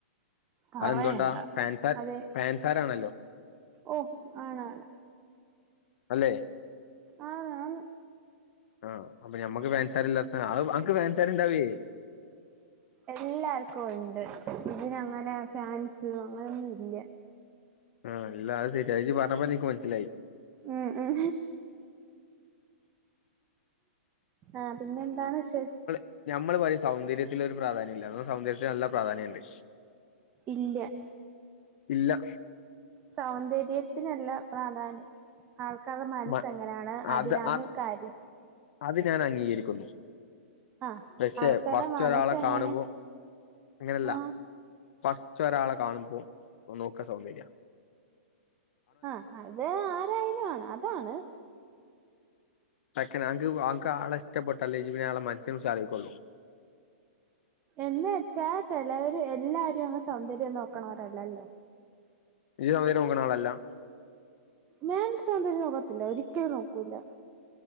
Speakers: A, on the right; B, on the left.
A: പറയണ്ട
B: അതെന്തുകൊണ്ടാ ഫാൻസാർ
A: അതെ
B: ഫാൻസാരാണല്ലോ
A: ഓഹ് ആണ് ആണ്
B: അല്ലെ
A: ആന്ന് ആന്ന്
B: ആഹ് അപ്പൊ ഞമ്മക്ക് ഫാൻസാരില്ലാത്താണ് അഅ് അൻക്ക് ഫാൻസാര് ഇണ്ടാവേ
A: എല്ലാർക്കും ഇണ്ട് ഇതിന അങ്ങനെ ഫാൻസ് അങ്ങനാെന്നും ഇല്ല
B: ആഹ് ഇല്ല അത് ശെരിയാ ജ് പറഞ്ഞപ്പന്നെ ഇൻക്ക് മനസ്സിലായി
A: ഉം ഉം ആഹ് പിന്നെ എന്താണ് വിശേഷ്
B: ക്ഷെ ഞമ്മള് പറിം സൗന്ദര്യത്തില് ഒരു പ്രാധാന്യം ഇല്ലാന്ന് ന്നാസൗന്ദര്യത്തിന് നല്ല പ്രാധാന്യണ്ട്
A: ഇല്ല
B: ഇല്ല
A: സൗന്ദര്യത്തിനല്ല പ്രാധാന്യം ആൾക്കാർടെ മനസ്സ്
B: മ-
A: എങ്ങനാണ് അതിലാണ്
B: അത് അത്
A: കാര്യം
B: അത് ഞാന് അംഗീകരിക്കുന്നു
A: ആഹ്
B: പക്ഷെ
A: ആൾക്കാരുടെ
B: ഫസ്റ്റ്
A: മനസ്സ്
B: ഒരാളെ
A: എങ്ങനെ
B: കാണുമ്പോ അങ്ങനെല്ല
A: ആഹ്
B: ഫസ്റ്റ് ഒരാളെ കാണുമ്പോ ഓൻനോക്കാ സൗന്ദര്യാ
A: ആഹ് അത് ആരായാലും ആണ് അതാണ്
B: സെക്കനാങ്ക് വാങ്ക് ആളെ ഇഷ്ട്ടപെട്ടാല്ലേ ഇയ്യ്‌ പിന്നെ ആളെ മനസ്സിനെ കുറിച്ച് ആലോയ്ക്കൊള്ളൂ
A: എന്ന് എച്ചാ ചെലവര് എല്ലാരും അങ് സൗന്ദര്യം നോക്ക്ണോരല്ലല്ലോ
B: ഇയ്യ് സൗന്ദര്യം നോക്ക്ണാളല്ലാ
A: ഞാൻ സൗന്ദര്യം നോക്കത്തില്ല ഒരിക്കലും നോക്കൂല്ല